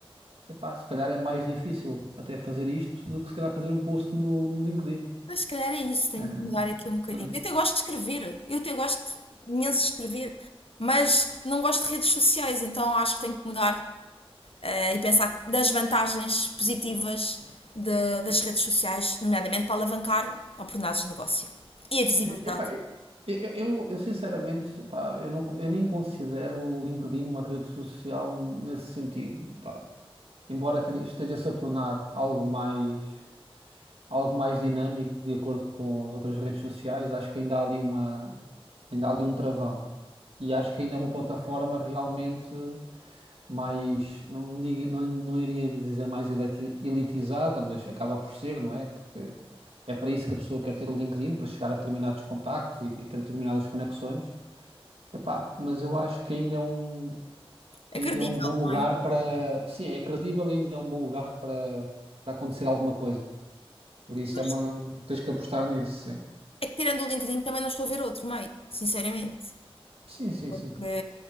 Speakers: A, on the right; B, on the left.
A: epá, se calhar é mais difícil até fazer isto do que se calhar fazer um post no, no LinkedIn.
B: Mas se calhar é isso, tenho
A: Ahm,
B: que mudar aqui um bocadinho.
A: por isso.
B: Eu até gosto de escrever, eu até gosto imenso de escrever, mas não gosto de redes sociais, então acho que tenho que mudar eh, e pensar das vantagens positivas de- das redes sociais, nomeadamente para alavancar oportunidades de negócio e a visibilidade.
A: Epá, eu, eu, eu- eu sinceramente, epá, eu, não, eu nem considero o LinkedIn uma rede social nesse sentido, pá. Embora tenha- esteja-se a tornar algo mais. algo mais dinâmico de acordo com as outras redes sociais, acho que ainda há ali uma, ainda há ali um travão. E acho que ainda é uma plataforma realmente mais, não, não digo- não, não iria dizer mais eleti- elitizada, mas acaba por ser, não é? Porque é para isso que a pessoa quer ter o LinkedIn, para chegar a determinados contactos e, e ter determinadas conexões. Epá, mas eu acho que ainda é um,
B: É
A: ainda
B: credível,
A: é um bom lugar
B: não é?
A: para, sim, é credível e ainda é um bom lugar para, para acontecer alguma coisa. Por isso
B: Pois,
A: é uma. Tens que apostar nisso, sim.
B: é que tirando o LinkedIn também não estou a ver outro meio, sinceramente.
A: Sim, sim,
B: Porque,
A: sim.